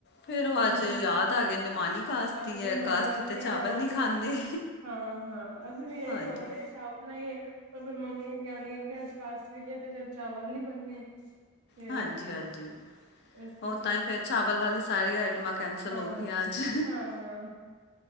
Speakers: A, on the left (about 50°); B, on the right (about 85°).
A: ਫੇਰ ਉਹ
B: ਹੂੰ
A: ਅੱਜ ਯਾਦ ਆ ਗਏ ਨਿਮਾਨੀ ਕਾਸ਼ਤੀ
B: ਇੰਨੀ
A: ਹੈ
B: ਮੋਰਨਿੰਗ
A: ਕਾਸ਼ਤੀ
B: ਵਾਸਤੇ
A: ਤੇ ਚਾਵਲ
B: ਹਾਂ
A: ਨੀ
B: ਉਹੀ
A: ਖਾਂਦੇ
B: ਹਾਂ ਹਾਂ ਅਸੀਂ ਵੀ ਇਹੀ
A: ਹਾਂਜੀ
B: ਸੋਚਦੇ ਸ਼ਪਣਾ ਹੀਏ ਪਰਿਰ ਮੰਮੀ ਕਹਿਣ ਲੱਗੇ ਕਿ ਅੱਜ ਕਾਸਰੀ ਤੇ ਚ ਚਾਵਲ ਨੀ ਬਣਨੇ ਤੇ
A: ਹਾਂਜੀ ਹਾਂਜੀ
B: ਇਸ ਕਰਕੇ
A: ਉਹ ਤਾਂ ਹੀ ਫੇਿਰ ਚਾਵਲ ਵਾਲੀ ਸਾਰ ਆਈਟਮਾਂ ਕੈਂਸਲ
B: ਹਾਂ
A: ਹੋ ਗਈਆਂ ਅੱਜ
B: ਹਾਂ